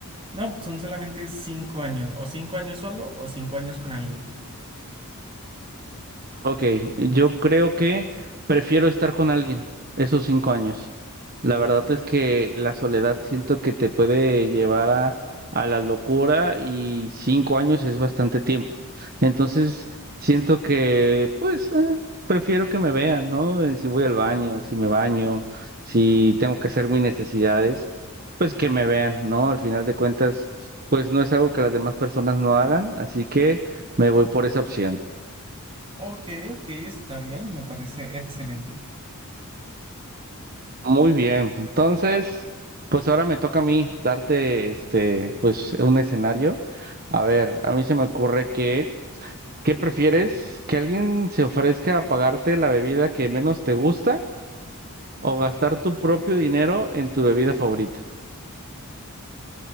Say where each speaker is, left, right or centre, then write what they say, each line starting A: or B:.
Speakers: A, on the right (about 25°); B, on the right (about 40°).
A: No, son solamente cinco años, o cinco años solo o cinco años con alguien.
B: Ok, yo creo que prefiero estar con alguien esos cinco años. La verdad es que la soledad siento que te puede llevar a, a la locura y cinco años es bastante tiempo. Entonces, siento que, pues, eh, prefiero que me vean, ¿no? Eh, Si voy al baño, si me baño, si tengo que hacer mis necesidades, pues que me vean, ¿no? Al final de cuentas, pues no es algo que las demás personas no hagan, así que me voy por esa opción.
A: Ok, ok, está bien, me parece excelente.
B: Muy bien. Entonces, pues ahora me toca a mí darte este, pues un escenario. A ver, a mí se me ocurre que, ¿qué prefieres? ¿Que alguien se ofrezca a pagarte la bebida que menos te gusta o gastar tu propio dinero en tu bebida favorita?